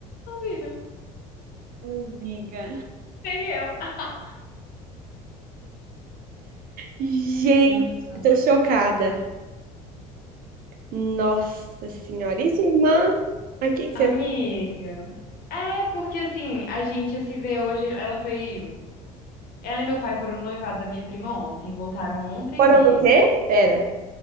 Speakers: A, on the left; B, on the right.
A: Não viram.
B: Amiga.
A: Nem eu. <laughs>
B: Gente,
A: Eu falei, nossa,
B: eu tô chocada. Nossa senhora. E sua irmã? Aqui que que
A: Amiga.
B: você
A: É, porque assim, a gente se vê hoje, ela foi. Ela e meu pai foram no noivado da minha prima ontem, voltaram ontem
B: foram
A: mesmo.
B: no quê? Pera.